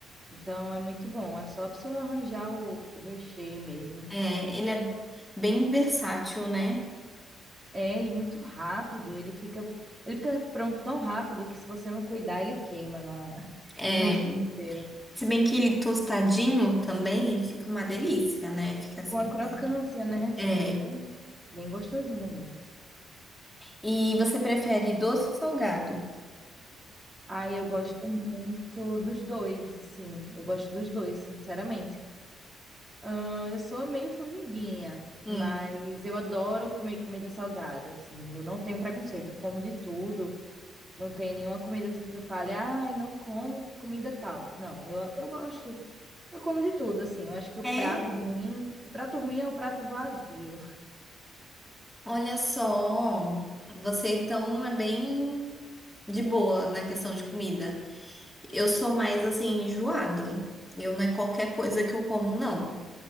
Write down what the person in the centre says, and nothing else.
É, ele é bem versátil, né?
é
Se bem que ele tostadinho também, ele fica uma delícia, né? Fica
assim.
É.
E você prefere doce ou salgado?
Hum.
É,
olha só. Você então é bem de boa na questão de comida. Eu sou mais assim, enjoada. Eu não é qualquer coisa que eu como, não.